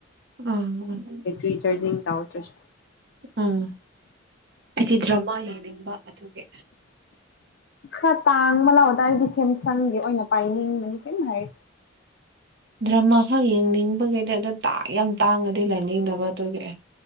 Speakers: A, on the right (about 60°); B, on the left (about 60°).
A: ꯎꯝ ꯎꯝ
B: ꯕꯦꯇ꯭ꯔꯤ ꯆꯥꯔꯖꯤꯡ ꯇꯥꯎꯗ꯭ꯔꯁꯨ
A: ꯎꯝ ꯑꯩꯗꯤ ꯗ꯭ꯔꯃꯥ ꯌꯦꯡꯅꯤꯡꯕ ꯑꯗꯨꯒꯤ
B: ꯈꯔ ꯇꯥꯡꯕ ꯂꯥꯎꯗ ꯑꯩꯗꯤ ꯁꯦꯝꯁꯪꯒꯤ ꯑꯣꯏꯅ ꯄꯥꯏꯅꯤꯡꯕꯅꯤ ꯁ‌ꯦꯡꯅ ꯍꯥꯏꯔ
A: ꯗ꯭ꯔꯃꯥ ꯈꯛ ꯌꯦꯡꯅꯤꯡꯕꯒꯤꯗꯤ ꯑꯗꯨ ꯌꯥꯝ ꯇꯥꯡꯉꯗꯤ ꯂꯩꯅꯤꯡꯗꯕ ꯑꯗꯨꯒꯤ ꯑꯦ